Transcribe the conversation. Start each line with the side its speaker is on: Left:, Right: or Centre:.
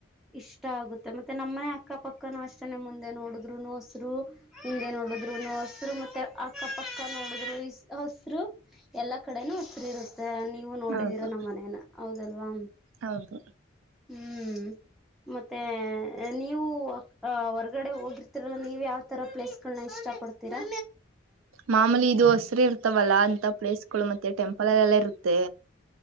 Centre: ಇಷ್ಟ ಇಷ್ಟ ಆಗುತ್ತೆ ಮತ್ತೆ ನಮ್ಮನೆ ಅಕ್ಕಪಕ್ಕನು ಅಷ್ಟನನೆ ಮುಂದೆ ನೋಡಿದ್ರುನುೋಸರು ಹಿಂದೆ ನೋಡಿದ್ರುೋರು ಹಸರು ಮತ್ತೆ ಅಕ್ಕಪಕ್ಕ ನೋಡಿದ್ರು ಹಸರು ಎಲ್ಲಾ ಕಡೆನೂ ಹಸರು ಇರುತ್ತ ಮ ನೀವು ನೋಡಿದೀರಾ
Right: ಹೌದು
Centre: ನಮ್ಮ ಮನೇನ ಹೌದಲ್ವಾ
Right: ಹೌದು
Centre: ಹ್ಮ್ ಮತ್ತೆ ನೀವು ಆ ಹೊರ್ಗಡೆ ಹೋಗಿ ನೀವ್ ಯಾವ್ ತರ ಪ್ಲೇಸ್ಗಳನ್ನ ಇಷ್ಟ ಪಡ್ತೀರಾ
Right: ಮಾಮೂಲಿ ಇದು ಹಸ್ರ ಇರ್ತವಲ್ಲಾ ಅಂತ ಪ್ಲೇಸ್ ಗಳು ಮತ್ತೆ ಟೆಂಪಲ್ಲ್ಲೆಲ್ಲ ಇರುತ್ತೆ